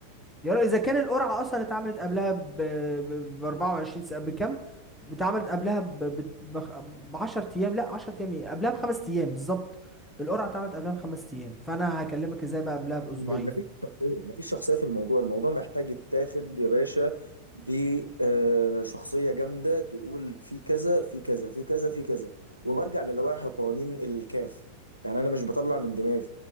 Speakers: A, in the centre; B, on the right.
A: يا اذا كان القرعه اصلا اتعملت قبلها ب ب- 24 ساعه بكام اتعملت قبلها ب ب بخ- ب 10 ايام لا 10 ايام ايه قبلها بخمس ايام بالظبط القرعه اتعملت قبلها بخمس ايام فانا هكلمك ازاي بقى قبلها باسبوعين
B: م- مفيش شخصيه مفيش شخصيه في الموضوع الموضوع محتاج يتاخد يا باشا بشخصيه جامده تقول في كذا في كذا في كذا في كذا وبرجع للوائح قوانين الكاف يعني انا مش بطلع من دماغي